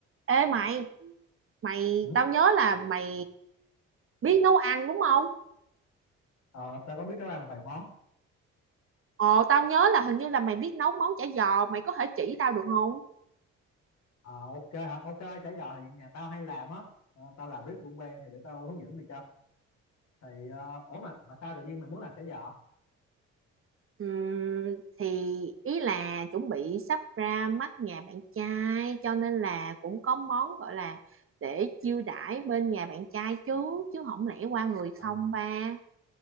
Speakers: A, on the right (about 45°); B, on the left (about 60°).
A: Ê mày, mày
B: Ừ.
A: tao nhớ là mày biết nấu ăn đúng không?
B: Ờ, tao có biết nấu ăn vài món
A: Ồ, tao nhớ là hình như là mày biết nấu món chả giò, mày có thể chỉ tao được không?
B: Ờ, ok hả ok chả giò thì nhà tao hay làm á Ờ, tao làm riết cũng quen thì để tao hướng dẫn mày cho thì ờ, ủa mà mà sao tự nhiên mày muốn làm chả giò
A: Ừm, thì ý là chuẩn bị sắp ra mắt nhà bạn trai cho nên là cũng có món gọi là để chiêu đãi bên nhà bạn trai chứ chứ không lẽ qua người
B: à,
A: không ba.